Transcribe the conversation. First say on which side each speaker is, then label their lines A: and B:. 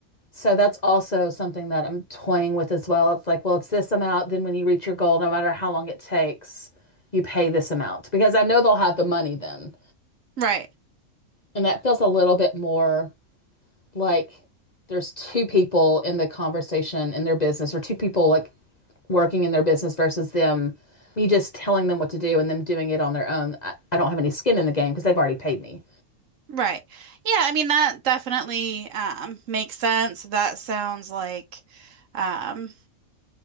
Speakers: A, on the left (about 35°); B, on the right (about 65°).
A: so that's also something that I'm toying with as well. It's like, well, it's this amount. Then when you reach your goal, no matter how long it takes, you pay this amount because I know they'll have the money then.
B: right.
A: And that feels a little bit more like there's two people in the conversation in their business or two people like working in their business versus them, me just telling them what to do and them doing it on their own. I, I don't have any skin in the game because they've already paid me.
B: Right. Yeah, I mean that definitely um makes sense. That sounds like um